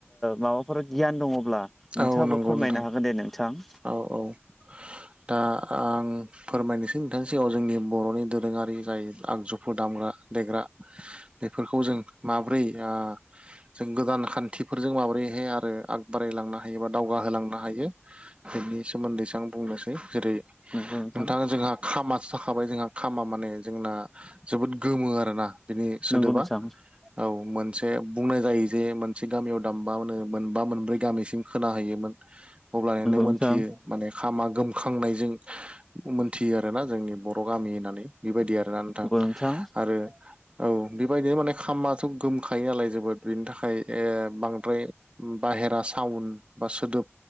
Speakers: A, in the centre; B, on the right (about 25°).
A: माबाफोर गियान दङब्ला नोंथाङाबो
B: औ नंगौ
A: फोरमायनो
B: नोंथां
A: हागोन दे नोंथां
B: औ औ <inaudible> दा आं फोरमायनोसै नोंथांनि सिगाङ जोंनि बर'नि दोरोङारि जाय आगजुफोर दामग्रा देग्रा
A: <inaudible>
B: बेफोरखौ जों माब्रै ओ जों गोदान खान्थिफोरजों माबोरैहाय आरो आग बारायलांनो हायो बा दावगाहोलांनो हायो बेनि सोमोन्दैसो आं बुंनोसै जेरै
A: नंगौ नोंथां
B: नोंथाङा जोंहा खामासो जाखाबाय जोंहा खामा माने जोंना जोबोद गोमो आरोना बिनि सोदोबा
A: नंगौ नोंथां
B: औ मोनसे बुंनाय जायो जे मोनसे गामियाव दामबानो मोनबा मोनब्रै गामिसिम खोनााहैयोमोन अब्लनो
A: नंगौ नोंथां
B: मोनथियो माने खामा गोम खांनायजों मोनथियो आरोना जोंनि बर' गामि होननानै बेबायदि आरो नों थां
A: नंगौ नोंथां
B: आरो औ बेबायदिनो माने खामाथ' गोमखायो नालाय जोबोद बेनि थाखाय ओ बांद्राय बाहेरा साउन्द बा सोदोब